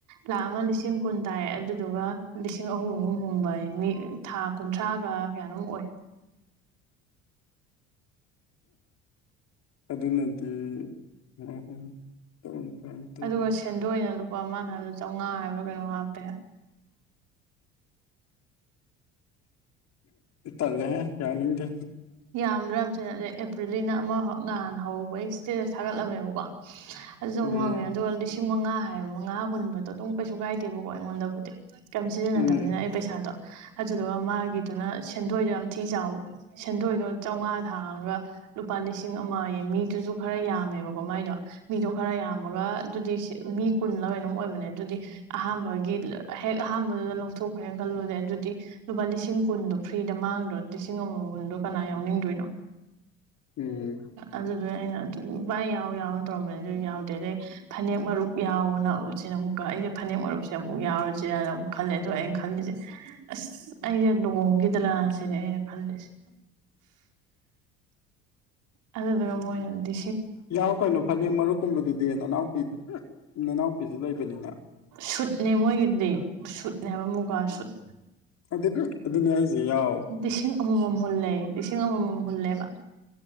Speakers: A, on the right; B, on the left.
A: ꯂꯥꯛ ꯑꯃ ꯂꯤꯁꯤꯡ ꯀꯨꯟ ꯇꯥꯏ ꯑꯗꯨꯗꯨꯒ ꯂꯤꯁꯤꯡ ꯑꯍꯨꯝ ꯑꯍꯨꯝ ꯍꯨꯟꯕꯩ ꯃꯤ ꯊꯥ ꯀꯨꯟꯊ꯭ꯔꯥꯒ ꯀꯌꯥꯅꯣꯝ ꯑꯣꯏ
B: ꯑꯗꯨꯅꯗꯤ ꯑ <unintelligible>
A: ꯑꯗꯨꯒ ꯁꯦꯟꯗꯣꯏ ꯑꯣꯏꯅ ꯂꯨꯄꯥ ꯑꯃꯅ ꯍꯥꯏꯕꯗ ꯆꯥꯎꯉꯥ ꯍꯥꯏꯕ꯭ꯔꯥ ꯀꯩꯅꯣ ꯍꯥꯞꯄꯦ ꯍꯥꯏ
B: ꯇꯜꯂꯦꯍꯦ ꯌꯥꯝꯗꯦ
A: ꯌꯥꯝꯗ꯭ꯔꯥꯝ ꯌꯥꯝꯊꯤꯅ ꯑꯗꯩ ꯑꯦꯄ꯭ꯔꯤꯜꯒꯤꯅ ꯑꯃꯈꯛ ꯅꯍꯥꯟ ꯍꯧꯕꯩ ꯏꯁꯇꯦꯇ ꯊꯥꯒꯠꯂꯝꯃꯦꯕꯀꯣ ꯑꯗꯨꯁꯨ ꯑꯃꯨꯛ
B: ꯎꯝ
A: ꯍꯪꯉꯦ ꯑꯗꯨꯒ ꯂꯤꯁꯤꯡ ꯃꯉꯥ ꯍꯥꯏꯕ ꯃꯉꯥ ꯍꯨꯟꯕꯗꯣ ꯑꯗꯨꯝ ꯀꯩꯁꯨ ꯀꯥꯏꯗꯦꯕꯀꯣ ꯑꯩꯉꯣꯟꯗꯕꯨꯗꯤ ꯀꯩꯝ ꯁꯤꯖꯤꯟꯅꯗꯕꯅꯤꯅ
B: ꯎꯝ
A: ꯑꯩ ꯄꯩꯁꯥꯗꯣ ꯑꯗꯨꯗꯨꯒ ꯃꯥꯒꯤꯗꯨꯅ ꯁꯦꯟꯗꯣꯏꯗꯣ ꯌꯥꯝ ꯊꯤ ꯆꯥꯎꯕ ꯁꯦꯟꯗꯣꯏꯗꯣ ꯆꯥꯝꯉꯥ ꯊꯥꯡꯉꯒ ꯂꯨꯄꯥ ꯂꯤꯁꯤꯡ ꯑꯃꯌꯦ ꯃꯤꯗꯨꯁꯨ ꯈꯔ ꯌꯥꯝꯃꯦꯕꯀꯣ ꯃꯥꯏꯗꯣ ꯃꯤꯗꯣ ꯈꯔ ꯌꯥꯝꯃꯒ ꯑꯗꯨꯗꯤ ꯃꯤ ꯀꯨꯜꯂꯀꯩꯅꯣꯝ ꯑꯣꯏꯕꯅꯦ ꯑꯗꯨꯗꯤ ꯑꯍꯥꯥꯟꯕꯒꯤ ꯍꯦꯛ ꯑꯍꯥꯥꯟꯕꯗꯨꯗ ꯂꯧꯊꯣꯛꯈ꯭ꯔꯦꯅ ꯈꯜꯂꯨꯗꯦ ꯑꯗꯨꯗꯤ ꯂꯨꯄꯥ ꯂꯤꯁꯤꯡ ꯀꯨꯟꯗꯣ ꯐ꯭ꯔꯤꯗ ꯃꯥꯡꯗ꯭ꯔꯣ ꯂꯤꯁꯤꯡ ꯑꯃꯃꯝꯗꯣ ꯀꯅꯥ ꯌꯥꯎꯅꯤꯡꯗꯣꯏꯅꯣ
B: ꯎꯝ
A: ꯑꯗꯨꯗ ꯑꯩꯅ ꯑꯗꯨꯚꯏ ꯌꯥꯎ ꯌꯥꯎ ꯇꯧꯔꯝꯕꯅꯤꯁꯨ ꯌꯥꯎꯗꯦ ꯑꯗꯩ ꯐꯅꯦꯛ ꯃꯔꯨꯞ ꯌꯥꯎꯅ ꯁꯤꯅ ꯑꯃꯨꯛꯀ ꯑꯩꯁꯦ ꯐꯅꯦꯛ ꯃꯔꯨꯞ ꯁꯤ ꯑꯃꯨꯛ ꯌꯥꯎꯔꯁꯦꯅ ꯑꯃꯨꯛ ꯈꯜꯂꯦ ꯑꯗꯣ ꯑꯩꯅ ꯈꯜꯂꯤꯁꯦ ꯑꯁ ꯑꯩꯁꯦ ꯂꯨꯍꯣꯡꯈꯤꯗ꯭ꯔꯥ ꯁꯤꯅꯦ ꯑꯩꯅ ꯈꯜꯂꯤꯁꯦ ꯑꯗꯨꯗꯨꯒ ꯃꯣꯏꯅꯗꯤ
B: ꯌꯥꯎ ꯀꯩꯅꯣ ꯐꯅꯦꯛ ꯃꯔꯨꯞꯀꯨꯝꯕꯗꯨꯗꯤ ꯅꯅꯥꯎꯄꯤ ꯅꯅꯥꯎꯄꯤꯁꯨ ꯂꯩꯕꯅꯤꯅ
A: ꯁꯨꯠꯅꯦ ꯃꯣꯏꯒꯤꯗꯤ ꯁꯨꯠꯅꯦꯕ ꯃꯨꯒꯥ ꯁꯨꯠ
B: ꯑꯗꯨ ꯑꯗꯨꯅꯦ ꯑꯩꯁꯦ ꯌꯥꯎ
A: ꯂꯤꯁꯤꯡ ꯑꯃꯃꯝ ꯍꯨꯜꯂꯦ ꯂꯤꯁꯤꯡ ꯑꯃꯃꯝ ꯍꯨꯜꯂꯦꯕ